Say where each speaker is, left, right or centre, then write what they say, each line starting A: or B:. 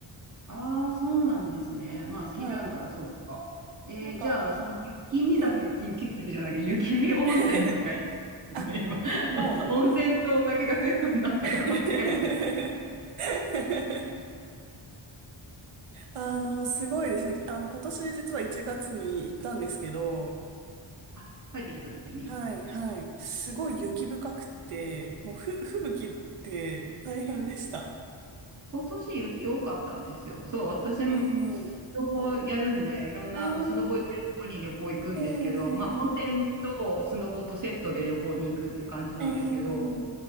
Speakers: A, on the right; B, on the right.
A: ああ、そうなんですね。まあ、スキー場あるから、
B: はい。
A: そうか。えー、
B: なんか、
A: じゃあ、その雪見酒、
B: えー
A: 雪見酒じゃなくて、雪見温泉とか言
B: <laughs> あ、
A: ってね、今、<laughs>
B: もう
A: 温泉とお酒がセットになったから間違えて。
B: <laughs> あの、すごいですね。あの、今年実は1月に行ったんですけど、
A: あ帰ってきたときに、
B: はい、はい。すごい雪深くて、もうふ、吹雪で大変でした。
A: 今年雪多かったんですよ。そう、私もスノボやるんで、
B: ええ
A: いろんなあのスノボ行けるところに旅行行くんですけど、
B: あー、ええ
A: まあ、温泉とスノボとセットで旅行に行くっていう感じなんですけど、
B: ええ